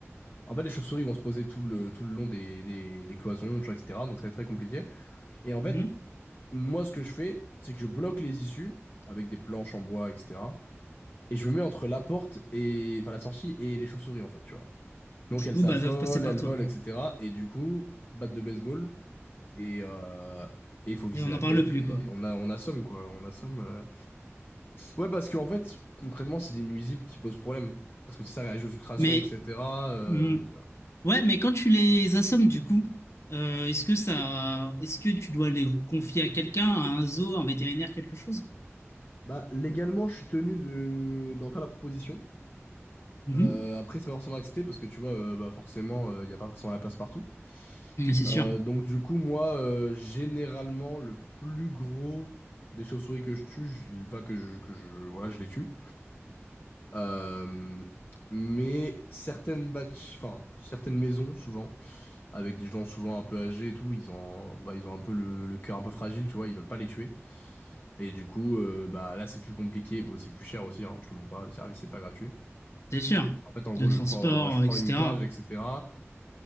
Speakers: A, on the left; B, on the left.
A: En fait, les chauves-souris vont se poser tout le, tout le long des, des, des cloisons, tu vois, etc. Donc, ça va être très compliqué. Et en
B: Mhm.
A: fait, Moi, ce que je fais, c'est que je bloque les issues avec des planches en bois, etc. Et je me mets entre la porte et, enfin, la sortie et les chauves-souris, en fait, tu vois. Donc,
B: Du
A: elles
B: coup,
A: s'affolent,
B: bah, elles doivent passer par
A: elles
B: toi,
A: volent,
B: quoi.
A: etc. Et du coup, batte de baseball et euh, et il faut viser
B: Et on
A: la
B: n'en parle
A: tête
B: plus,
A: et
B: quoi.
A: on a, on assomme, quoi. On assomme. euh. Ouais, parce qu'en fait, concrètement, c'est des nuisibles qui posent problème. Parce que tu sais, ça réagit aux ultrations,
B: Mais
A: etc. euh,
B: hmm,
A: donc, euh.
B: ouais, mais quand tu les assommes du coup, euh, est-ce que ça, est-ce que tu dois les confier à quelqu'un, à un zoo, à un vétérinaire, quelque chose?
A: Bah, légalement, je suis tenu de... d'en faire la proposition.
B: Mhm.
A: Euh, après, c'est pas forcément accepté parce que tu vois, euh, bah forcément, il n'y a pas forcément la place partout.
B: Mais c'est sûr,
A: Euh, donc, du coup, moi, euh, généralement, le plus gros des chauves-souris que je tue, je, enfin, que je, que je, voilà, je les tue. Euh, mais certaines batch, enfin, certaines maisons, souvent, avec des gens souvent un peu âgés et tout, ils ont, un- bah, ils ont un peu le, le cœur un peu fragile, tu vois, ils veulent pas les tuer. Et du coup, euh, bah là, c'est plus compliqué. Bon, c'est plus cher aussi, hein, je te mens pas, le service, c'est pas gratuit.
B: c'est sûr,
A: En fait, en gros,
B: de
A: je
B: transport,
A: prends, je prends
B: etc.
A: une cage, etc.